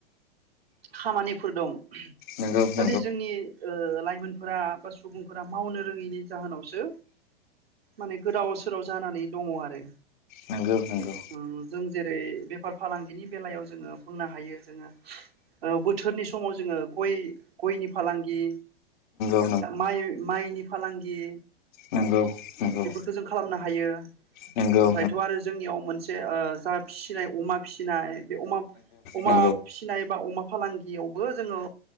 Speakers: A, on the right; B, on the left.
A: खामानिफोर दं
B: नंगौ
A: नाथाय जोंनि ओ लाइमोनफोरा बा सुबुंफोरा मावनो रोङैनि जाहोनावसो माने गोदाव सोराव जानानै दङ आरो
B: नोंगौ नंगौ।
A: ओं जों जेरै बेफार फालांगिनि बेलायाव जोङो बुंनो हायो जोङो ओ बोथोरनि समाव जोङो गय गयनि फालांगि
B: नंगौ
A: माइ माइनि फालांगि
B: नंगौ नंगौ!
A: थ' जों खालामनो हायो
B: नंगौ
A: ओमफ्रायथ'
B: नंगौ
A: आरो जोंनियाव मोनसे ओ जा फिसिनाय अमा फि सिनाय बे अमा अमा
B: नंगौ
A: फिनाय बा अमा फालांगियावबो जोङो